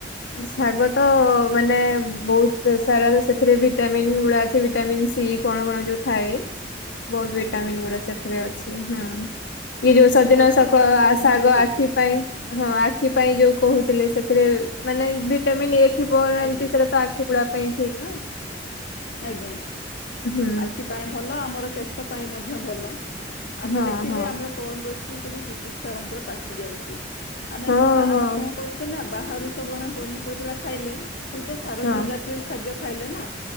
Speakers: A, on the left (about 75°); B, on the left (about 60°).
A: ଶାଗ ତ ମାନେ ବହୁତ ସାରା ସେଥିରେ ଭିଟାମିନ୍ ଗୁଡ଼ା ଅଛି ଭିଟାମିନ୍ ସି କଣ କଣ ଯୋଉ ଥାଏ?
B: <inaudible>
A: ବହୁତ ଭିଟାମିନ୍
B: ଆଜ୍ଞା।
A: ଗୁଡ଼ା ସେଥିରେ ଅଛି ହୁଁ। ଏ ଯୋଉ ସଜନାଶକ
B: ଭରପୁର ପା ପରିମାଣରେ
A: ଶାଗ
B: ଅଛି।
A: ଆଖି ପାଇଁ। ହଁ ଆଖି ପାଇଁ ଯୋଉ କହୁଥିଲେ ସେଥିରେ ମାନେ ଭିଟାମନ୍ ଏ ଥିବ
B: ଆଜ୍ଞା।
A: ଏମତି ସେଇଟା ତ ଆଖି ଗୁଡିବା ପାଇଁ ଠିକ ନା।
B: ଆଜ୍ଞା
A: ହୁଁ
B: ଆଖି ପା ଭଲ ଆମର କେଶ ପାଇଁ ମଧ୍ୟ ଭଲ ଆମେ
A: ହଁ
B: ଦେଖିବେ
A: ହଁ।
B: ଆମର କଣ ବୟସରୁୁ ସବୁ ଚୁଟି ଛୁଆ ମାନଙ୍କର ପାଚି ଯାଉଛି ଆମେ
A: ହଁ
B: ସକା
A: ହଁ
B: ଆମେ କଣ କରୁଛେ ନା ବାହାରୁ ସବୁ ଆମେ ପନିପରିବା ଖାଇଲେ ସବୁ ତ ସାରାଦିନ
A: ହଁ
B: ଜା ତିଅ ଖାଦ୍ୟ ଖାଇଲେ ନା